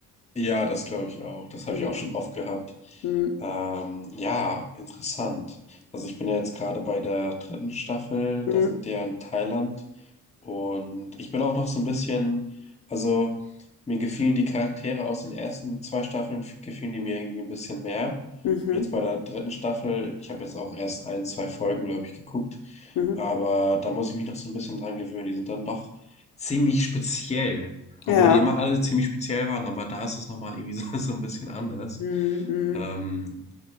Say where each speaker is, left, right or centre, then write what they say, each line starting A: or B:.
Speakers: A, on the left; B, on the left.
A: Ja, das glaube ich auch. Das habe
B: Mhm,
A: ich auch schon oft gehabt.
B: mhm,
A: Ähm, ja, interessant. Also ich bin ja jetzt gerade bei der dritten Staffel.
B: mhm,
A: Da sind die ja in Thailand. Und ich bin auch noch so ein bisschen, also mir gefielen die Charaktere aus den ersten zwei Staffeln, f- gefielen die mir irgendwie ein bisschen mehr.
B: mhm,
A: Jetzt bei der dritten Staffel, ich habe jetzt auch erst ein, zwei Folgen, glaube ich, geguckt,
B: mhm.
A: aber da muss ich mich noch so ein bisschen dran gewöhnen. Die sind dann doch ziemlich speziell, obwohl
B: Ja.
A: die immer alle ziemlich speziell waren, aber da ist es nochmal irgendwie so, <laughs> so ein bisschen anders.
B: Mhm, mhm.
A: Ähm,